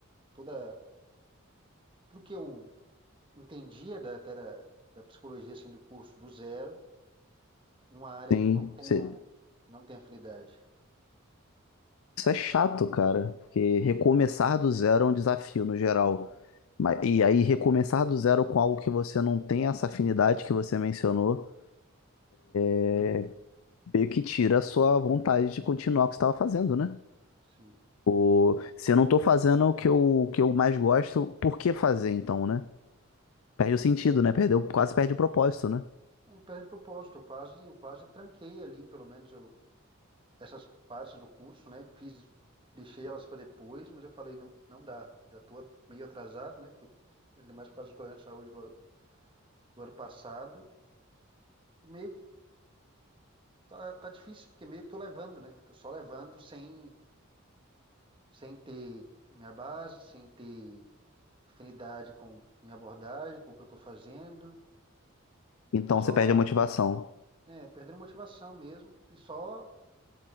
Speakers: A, on the right (about 25°); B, on the left (about 75°).
A: toda, tudo que eu entendia da, até da, da psicologia, assim, do curso do zero, numa área
B: Sim,
A: que eu não tenho,
B: você-
A: não tenho afinidade.
B: isso é chato, cara, porque recomeçar do zero é um desafio no geral. Mas- E aí recomeçar do zero com algo que você não tem essa afinidade que você mencionou é meio que tira a sua vontade de continuar o que você estava fazendo, né?
A: Sim.
B: Ou, se eu não tô fazendo o que eu, o que eu mais gosto, por que fazer então, né? Perde o sentido, né? Perdeu, quase perde o propósito, né?
A: É, perde propósito, eu quase, eu quase tranquei ali, pelo menos eu, essas partes do curso, né? Fiz, deixei elas para depois, mas eu falei, não, não dá, já estou meio atrasado, né? Porque, ainda mais por causa dos problemas de saúde do, do ano passado. E meio que tá, tá difícil, porque meio que tô levando, né? Tô só levando sem, sem ter minha base, sem ter afinidade com minha abordagem, com o que eu tô fazendo.
B: Então
A: Só,
B: você perde a motivação.
A: é, perdendo motivação mesmo e só,